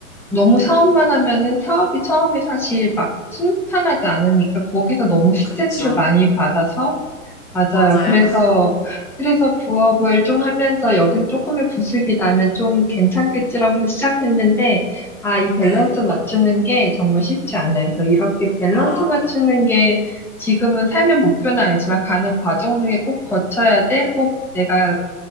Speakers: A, in the centre; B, on the left (about 70°).
A: 너무
B: 네.
A: 사업만 하면은 사업이 처음에 사실 막 순탄하지 않으니까 거기서 너무 스트레스를
B: 그쵸.
A: 많이 받아서 맞아요.
B: 맞아요.
A: 그래서
B: <laughs>
A: 그래서 부업을 좀 하면서 여기서 조금의 부습이 나면 좀 괜찮겠지라고 해서 시작했는데 아, 이 밸런스
B: 네.
A: 맞추는 게 정말 쉽지 않아요. 그래서 이렇게 밸런스
B: 아.
A: 맞추는 게 지금은 삶의 목표는 아니지만 가는 과정 중에 꼭 거쳐야 돼. 꼭 내가